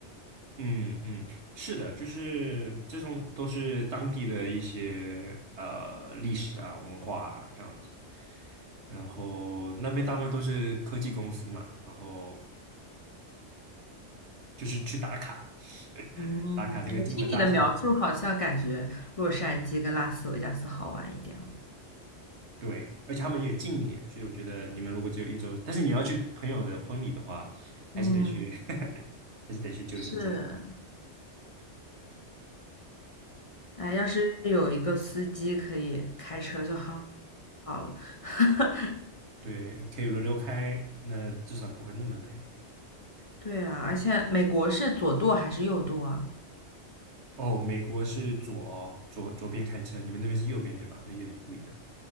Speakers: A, on the right; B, on the left.
A: 嗯嗯，是的，就是这种都是当地的一些呃历史啊、文化啊这样子。然后那边大部分都是科技公司嘛，然后就是去打卡，<laughs>
B: 嗯，
A: 打卡这个金门大桥。
B: 我听你的描述，好像感觉洛杉矶跟拉斯维加斯好玩一点哦。
A: 对，而且他们也近一点，所以我觉得你们如果只有一周，但是你要去朋友的婚礼的话，还是得去，
B: 嗯，
A: <laughs> 还是得去旧金山。
B: 是，哎，要是有一个司机可以开车就好好了。<laughs>
A: 对，可以轮流开，那至少不会那么累。
B: 对啊，而且美国是左舵还是右舵啊？
A: 哦，美国是左哦左左边开车，你们那边是右边对吧？所以有点不一样。